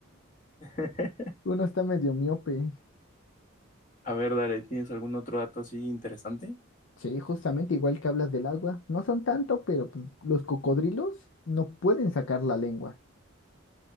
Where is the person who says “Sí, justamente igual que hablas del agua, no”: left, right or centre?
Left